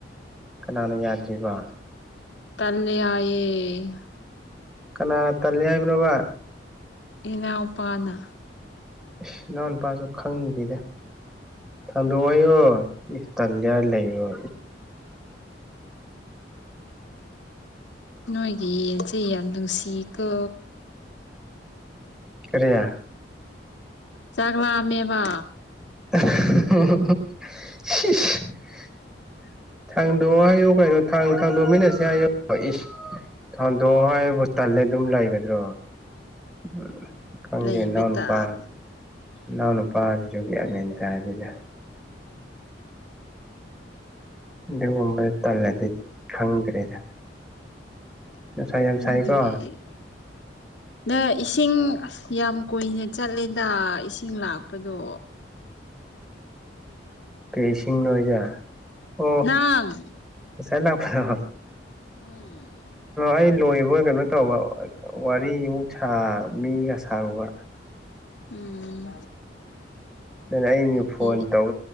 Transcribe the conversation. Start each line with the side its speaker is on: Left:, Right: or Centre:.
Centre: ꯀꯅꯥꯅ ꯌꯥꯗ꯭ꯔꯤꯕ
Left: ꯇꯂꯌꯥꯑꯦ
Centre: ꯀ ꯇꯉ ꯍꯥꯏꯕ
Left: ꯏꯅꯥꯎꯄꯥꯅ
Centre: ꯏꯁ ꯏꯅꯥꯎ ꯅꯨꯄꯥꯁꯨ ꯈꯪꯈꯤꯗ ꯊꯟꯗꯣꯛꯑꯣ ꯍꯥꯏꯌꯣ ꯇꯜꯂꯦ ꯂꯩꯔꯣ
Left: ꯅꯣꯏꯒꯤ ꯌꯦꯟꯁꯦ ꯌꯥꯝ ꯅꯨꯡꯁꯤꯀꯣ
Centre: ꯀꯔꯤꯌꯥ
Left: ꯆꯥꯛ ꯂꯝꯃꯦꯕꯥ
Centre: <unintelligible> ꯊꯥꯡꯗꯣꯑꯣ ꯍꯥꯏꯌꯨ ꯀꯥꯏꯅꯣ ꯊꯥꯡ ꯊꯥꯡꯗꯣꯃꯤꯟꯅꯁꯦ ꯍꯥꯏꯌꯨ ꯏ ꯊꯥꯗꯣꯛ ꯍꯥꯏꯕꯨ ꯇꯜꯂꯦ ꯑꯗꯨꯝ ꯂꯩꯒꯗ꯭ꯔꯣ ꯎ ꯈꯪꯗꯦ
Left: ꯂꯩꯕ
Centre: ꯅ ꯅꯨꯄꯥ
Left: ꯇꯥꯕꯅꯤ
Centre: ꯅꯎ ꯅꯨꯄꯥꯖꯒꯦ ꯃꯇꯗꯗ ꯑꯗꯨꯒꯨꯝꯕꯗ ꯇꯜꯂꯗꯤ ꯈꯪꯈ꯭ꯔꯦꯗ ꯉꯁꯥꯏ ꯌꯥꯝꯝꯁꯥꯏꯀꯣ
Left: ꯈꯪꯗ꯭ꯔꯦ ꯅ ꯏꯁꯤꯡ ꯌꯥꯝ ꯀꯨꯏꯅ ꯆꯠꯂꯦꯗ ꯏꯁꯤꯡ ꯂꯥꯛꯄꯗꯣ
Centre: ꯀꯩ ꯏꯁꯤꯡ ꯅꯣꯏꯖꯦ ꯑꯣ
Left: ꯅꯪ
Centre: ꯉꯁꯥꯏ ꯂꯥꯛꯄꯗꯣ
Left: ꯎꯝ
Centre: ꯑ <unintelligible> ꯂꯣꯏꯕꯒ ꯀꯩꯅꯣ ꯇꯧꯕ ꯋꯥꯔꯤꯃꯨꯛ ꯁꯥ ꯃꯤꯒ ꯁꯥꯔꯨꯕ
Left: ꯎꯝ
Centre: ꯑꯗꯨꯅ ꯑꯩꯅ
Left: ꯑꯩꯗꯤ
Centre: ꯐꯣꯟ ꯇꯧ